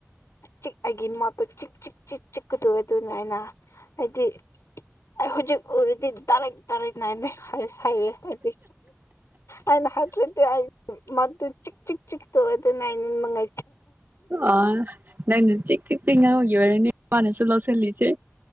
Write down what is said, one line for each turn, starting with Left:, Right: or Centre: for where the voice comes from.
Left: ꯆꯤꯛ ꯑꯩꯒꯤ ꯃꯣꯠꯇꯣ ꯆꯤꯛ ꯆꯤꯛ ꯆꯤꯛ ꯆꯤꯛꯀꯗꯣꯏ ꯑꯗꯨꯅꯦ ꯑꯩꯅ ꯍꯥꯏꯗꯤ ꯑꯩ ꯍꯧꯖꯤꯛ ꯎꯔꯗꯤ ꯇꯥꯔꯩꯀ ꯇꯥꯔꯛ ꯅꯥꯏꯗꯦ ꯍꯥꯏꯔꯦ ꯍꯥꯏꯗꯤ ꯑꯩꯅ ꯍꯠꯇ꯭ꯔꯗꯤ ꯃ ꯇꯨ ꯆꯤꯛ ꯆꯤꯛ ꯆꯤꯛ ꯇ ꯅꯅꯥꯏꯅ ꯃꯉ
Right: ꯑ ꯅꯪꯅ ꯆꯤꯛ ꯆꯤꯛ ꯆꯤꯉꯥꯡꯉꯨꯒꯤ ꯑꯣꯏꯔꯅꯤ ꯃꯥꯅꯁꯨ ꯂꯧꯁꯤꯜꯂꯤꯁꯦ